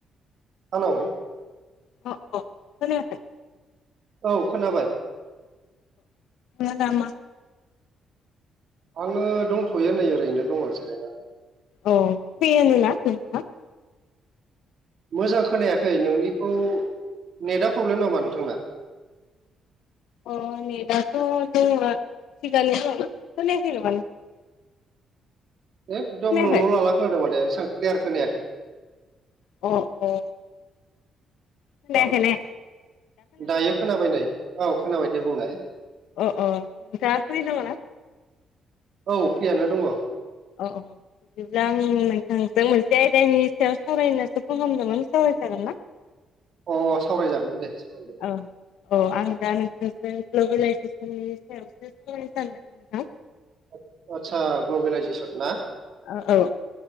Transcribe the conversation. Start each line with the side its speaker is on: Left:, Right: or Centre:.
Right: हालौ।
Left: अ अ। खोनायाखै?
Right: औ खोनाबाय।
Left: अ दाम
Right: आङो दंथ'यो नै ओरैनो दङ जिरायना।
Left: अ फ्रियोनोना नोंथाङा?
Right: मोजां खोनायाखै नोंनिखौ नेटा प्रब्लेम नामा नोंथांना?
Left: अ नेटाथ' दंमोन थिगानो दंमोन ओमफाय मानो खोनायाखै नामा नो
Right: एकदम
Left: खोनायाखै?
Right: लल' लाला खोनादों माने एसबां क्लियार खोनायाखै।
Left: अ अ। खोनायाखै
Right: औ
Left: ने
Right: <inaudible> दायो खोनाबाय नै औ खोनाबाय दे बुंलाय?
Left: अ अ नोंथांआ फ्रि दङो ना?
Right: औ फ्रियानो दङ।
Left: अ अ बिदिब्ला आं नोंथांजों मोनसे आयदानि सायाव सावरायनोसो फन खामदोमोन सावराय जागोन ना? <inaudible>
Right: अ सावरायजागोन दे सावराय
Left: अ अ आं दा नोंथांजों ग्ल'बेेलाइजेसननि सायावसो सावरायनो सानदोंमोन। नोंथां।
Right: अ आतसा ग्ल'बेलायजेसन ना?
Left: अ औ